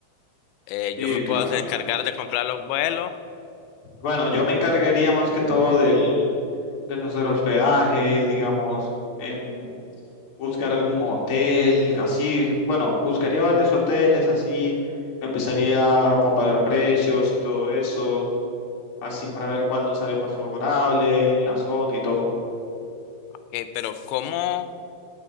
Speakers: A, on the left; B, on the left.
A: Eh,
B: Sí,
A: yo me puedo
B: claro, claro.
A: encargar de comprar los vuelos,
B: Bueno, yo me encargaría más que todo del, de nuestro hospedaje, digamos, en buscar algún hotel, así. Bueno, buscaría varios hoteles, así. Empezaría a comparar precios y todo eso, así para ver cuál nos sale más favorable en la zona y todo.
A: eh, pero ¿cómo,